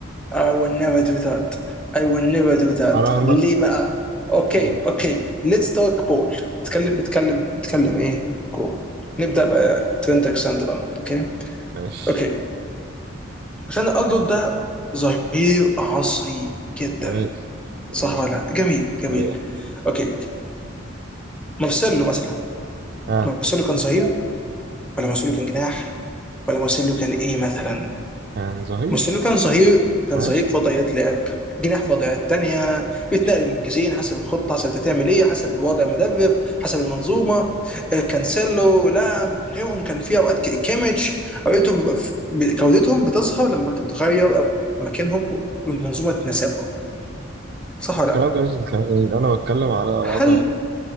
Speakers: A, in the centre; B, on the right.
A: I will never do that I will never do that
B: أراهنك
A: ليه بقى؟ اوكي
B: ليه بقى
A: اوكي let's talk ball نتكلم نتكلم نتكلم ايه؟ كورة نبدأ بقى ترينت الكسندر ارنولد اوكي
B: ماشي
A: اوكي الكسندر ارنولد ده ظهير عصري جدا
B: جميل جميل
A: صح ولا لا؟ جميل جميل
B: حقيقة
A: اوكي مارسيلو مثلا
B: ها
A: مارسيلو كان ظهير ولا مارسيلو كان جناح ولا مارسيلو كان ايه مثلا؟
B: كان ظهير
A: مارسيلو كان صغير كان
B: ماشي
A: صغير في وضعيات لعب جناح في وضعيات تانية بيتنقل من مركزين حسب الخطة حسب انت هتعمل ايه حسب وضع المدرب حسب المنظومة آه، كانسيلو لام غيرهم كان في اوقات ك- كيميتش اوقاتهم بيبقى في- ب- جودتهم بتظهر لما بتتغير مكانهم والمنظومة تناسبهم صح ولا لا؟
B: كلام جميل كلام جميل أنا بتكلم على وضع
A: هل